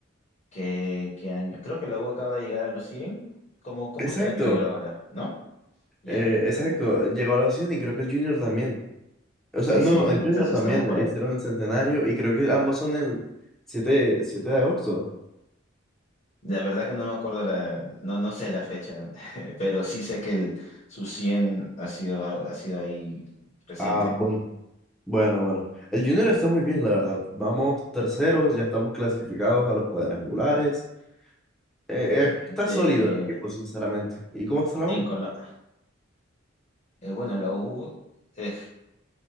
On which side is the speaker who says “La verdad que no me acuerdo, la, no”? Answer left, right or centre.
Left